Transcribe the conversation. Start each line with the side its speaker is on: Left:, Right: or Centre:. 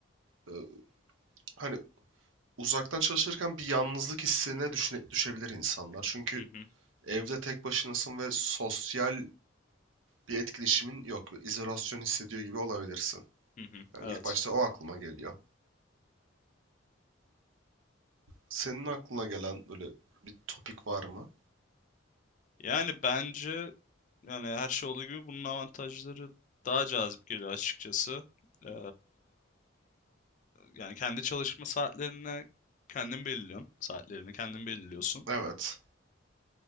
Right: Ee, hani uzaktan çalışırken bir yalnızlık hissine düşüne- düşebilir insanlar. Çünkü
Left: Hı hı,
Right: Evde tek başınasın ve sosyal bir etkileşimin yok. İzolasyon hissediyor gibi olabilirsin.
Left: hı hı,
Right: Ya ilk
Left: evet.
Right: başta o aklıma geliyor. Senin aklına gelen böyle bir topik var mı?
Left: Yani bence yani her şey olduğu gibi bunun avantajları daha cazip geliyor açıkçası. Ee, yani kendi çalışma saatlerine kendin belirliyorsun. Saatlerini kendin belirliyorsun.
Right: Evet.